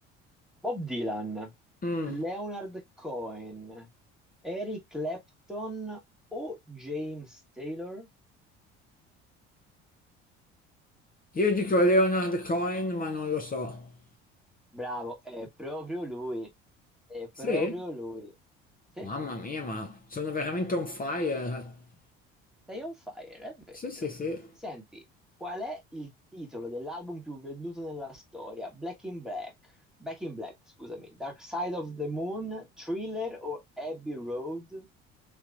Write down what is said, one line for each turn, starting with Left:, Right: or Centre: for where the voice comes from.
Centre: Bob Dylan,
Left: Mm,
Centre: Leonard Cohen, Eric Clapton o James Taylor?
Left: Io dico Leonard Cohen, ma non lo so.
Centre: Bravo, è proprio lui, è proprio
Left: Sì?
Centre: lui. Sì,
Left: Mamma mia, ma sono veramente on fire.
Centre: sei on fire, è vero.
Left: Sì, sì, sì.
Centre: Senti, qual è il titolo dell'album più venduto nella storia? Black in Black, Back in Black, scusami, Dark Side of the Moon, Thriller o Abbey Road?